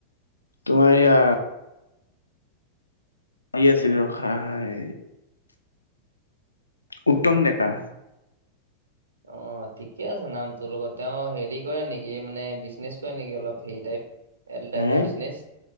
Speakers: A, on the left (about 80°); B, on the right (about 70°).
A: তোমাৰ এইয়া। শুই
B: উম
A: আছিলোঁ, সাই উত্তম ডেকা।
B: অ', ঠিকে আছে নাম তোৰ লগত। তেওঁ হেৰি কৰে নেকি? এই মানে, বিজনেছ কৰে নেকি অলপ হেৰি টাইপ? এল টাইপৰ
A: হে
B: বিজনেছ,